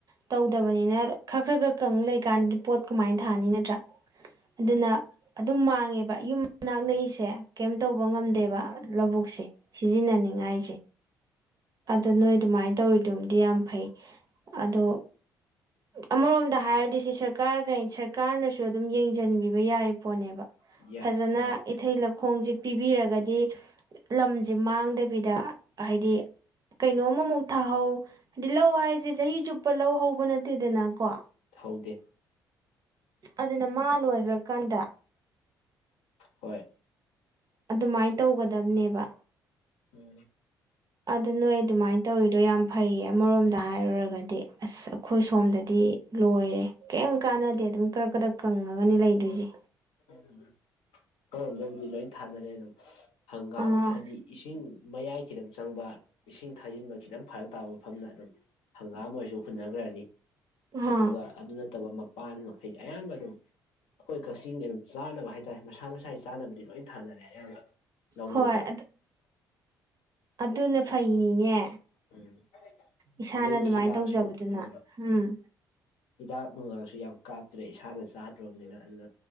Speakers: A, on the right (about 35°); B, on the left (about 60°).
A: ꯇꯧꯗꯕꯅꯤꯅ
B: ꯎꯝ
A: ꯈꯔ ꯈꯔ ꯈꯔ ꯀꯪ ꯂꯩꯀꯥꯟꯗ ꯄꯣꯠ ꯀꯃꯥꯏꯅ ꯊꯥꯅꯤ ꯅꯠꯇ꯭ꯔꯥ ꯑꯗꯨꯅ
B: ꯍꯣꯏ
A: ꯑꯗꯨꯝ ꯃꯥꯡꯉꯦꯕ ꯌꯨꯝ ꯃꯅꯥꯛ ꯅꯛꯏꯁꯦ ꯀꯩꯝ ꯇꯧꯕ ꯉꯝꯗꯦꯕ
B: ꯎꯝ
A: ꯂꯧꯕꯨꯛꯁꯦ ꯁꯤꯖꯤꯟꯅꯅꯤꯡꯉꯥꯏꯁꯦ
B: ꯎꯝ ꯍꯣꯏ
A: ꯑꯗꯣ
B: ꯎꯝ
A: ꯅꯣꯏ ꯑꯗꯨꯃꯥꯏꯅ ꯇꯧꯔꯤꯗꯨꯕꯨꯗꯤ ꯌꯥꯝ ꯐꯩ ꯑꯗꯣ ꯑꯃꯔꯣꯝꯗ ꯍꯥꯏꯔꯗꯤ ꯁꯤ ꯁꯔꯀꯥꯔꯒ ꯁꯔꯀꯥꯔꯅꯁꯨ ꯑꯗꯨꯝ ꯌꯦꯡꯁꯤꯟꯕꯤꯕ ꯌꯥꯔꯤ ꯄꯣꯠꯅꯦꯕ
B: ꯎꯝ ꯌꯥꯏ
A: ꯐꯖꯅ
B: ꯑꯥ
A: ꯏꯊꯩ ꯂꯧ ꯈꯣꯡꯁꯦ ꯄꯤꯕꯤꯔꯒꯗꯤ ꯂꯝꯁꯦ ꯃꯥꯡꯗꯕꯤꯗ ꯍꯥꯏꯗꯤ ꯀꯩꯅꯣꯝ ꯑꯃꯃꯨꯛ ꯊꯥꯍꯧ ꯍꯥꯏꯗꯤ ꯂꯧ ꯍꯥꯏꯁꯦ ꯆꯍꯤ ꯆꯨꯞꯄ ꯂꯧ ꯍꯧꯕ ꯅꯠꯇꯦꯗꯅꯀꯣ
B: ꯍꯧꯗꯦ
A: ꯑꯗꯨꯅ ꯃꯥ ꯂꯣꯏꯈ꯭ꯔꯀꯥꯟꯗ
B: ꯍꯣꯏ
A: ꯑꯗꯨꯃꯥꯏꯅ ꯇꯧꯒꯗꯕꯅꯦꯕ
B: ꯎꯝ
A: ꯑꯗ ꯅꯣꯏ ꯑꯗꯨꯃꯥꯏꯅ ꯇꯧꯔꯤꯗꯣ ꯌꯥꯝ ꯐꯩꯌꯦ ꯑꯃꯔꯣꯝꯗ ꯍꯥꯏꯔꯨꯔꯒꯗꯤ ꯑꯁ ꯑꯩꯈꯣꯏ ꯁꯣꯝꯗꯗꯤ ꯂꯣꯏꯔꯦ ꯀꯩꯝ ꯀꯥꯟꯅꯗꯦ ꯑꯗꯨꯝ ꯀꯔꯛ ꯀꯔꯛ ꯀꯪꯉꯒꯅꯤ ꯂꯩꯗꯣꯏꯁꯦ
B: ꯑꯩꯈꯣꯏ ꯔꯣꯝꯗꯕꯨꯗꯤ ꯂꯣꯏ ꯊꯥꯅꯔꯦ ꯑꯗꯨꯝ ꯍꯪꯒꯥꯝ
A: ꯑꯥ
B: ꯍꯥꯏꯗꯤ ꯏꯁꯤꯡ ꯃꯌꯥꯏ ꯈꯤꯇꯪ ꯆꯪꯕ ꯏꯁꯤꯡ ꯊꯥꯖꯤꯟꯕ ꯈꯤꯇꯪ ꯐꯔꯛ ꯇꯥꯕ ꯃꯐꯝꯗ ꯑꯗꯨꯝ ꯍꯪꯒꯥꯝ ꯑꯣꯏꯣꯏꯔꯁꯨ ꯍꯨꯟꯅꯈ꯭ꯔꯅꯤ
A: ꯑꯥ
B: ꯑꯗꯨꯒ ꯑꯗꯨꯅ ꯅꯠꯇꯕ ꯃꯄꯥꯟ ꯍꯥꯏꯗꯤ ꯑꯌꯥꯝꯕ ꯑꯗꯨꯝ ꯑꯩꯈꯣꯏ ꯏꯁꯤꯡ ꯑꯗꯨꯝ ꯆꯥꯅꯕ ꯍꯥꯏꯇꯥꯔꯦ ꯃꯁꯥ ꯃꯁꯥꯒꯤ ꯆꯥꯅꯕꯗꯤ ꯂꯣꯏ ꯊꯥꯅꯔꯦ ꯑꯌꯥꯝꯥꯛ ꯑꯗꯨ ꯂꯧ
A: ꯍꯣꯏ
B: ꯂꯧꯗ
A: ꯑꯗꯨ ꯑꯗꯨꯅ ꯐꯩꯅꯤꯅꯦ
B: ꯎꯝ
A: ꯏꯁꯥꯅ
B: ꯅꯣꯏꯒꯤ
A: ꯑꯗꯨꯃꯥꯏꯅ
B: ꯍꯤꯗꯥꯛꯁꯨ
A: ꯇꯧꯖꯕꯗꯨꯅ
B: ꯎꯝ
A: ꯎꯝ
B: ꯍꯤꯗꯥꯛ ꯅꯨꯡꯉꯥꯡꯁꯨ ꯌꯥꯝ ꯀꯥꯞꯇ꯭ꯔꯦ ꯏꯁꯥꯅ ꯆꯥꯗ꯭ꯔꯣꯕꯅꯤꯅ ꯑꯗꯨꯅ